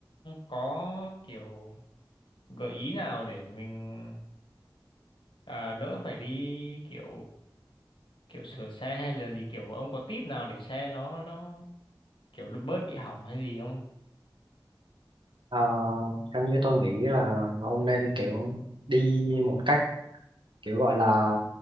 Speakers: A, on the left (about 85°); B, on the right (about 75°).
A: có kiểu gợi ý nào để mình à, đỡ phải đi kiểu kiểu sửa xe hay là gì kiểu ông có tip nào để xe nó nó kiểu bớt bị hỏng hay gì không?
B: Ờ, theo như tôi nghĩ là ông nên kiểu đi một cách kiểu gọi là